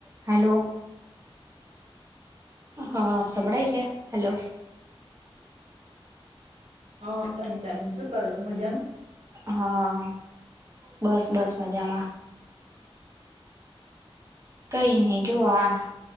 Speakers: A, on the right (about 30°); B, on the right (about 85°).
A: Hello હા સંભળાય છે હલો
B: હા તનષાબેન શું કરો છો મજામાં
A: હા બસ બસ મજામાં કઈ નહ જોવા